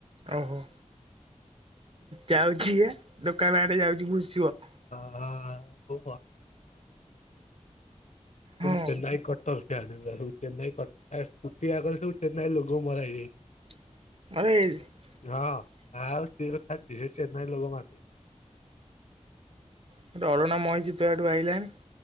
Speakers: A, on the right; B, on the left.
A: ଓହୋ ଯାଉଛି ହେ ଦୋକାନ ଆଡେ ଯାଉଛି ଭୁଷିବ।
B: <unintelligible> ହଉ
A: ହଁ
B: ଚେନାଇ କଟ <inaudible> ଚେନ୍ନାଇ ସ୍କୁଟି ଆଗରେ ସବୁ ଚେନ୍ନାଇ ଲୋଗ ମରା ହେଇଯାଇଛି।
A: <unintelligible>
B: ହଁ। ଆଉ <unintelligible>
A: ଗୋଟେ ଅରୁଣା ମଇଁଷି ତୋ ଆଡୁ ଆଇଲାଣି।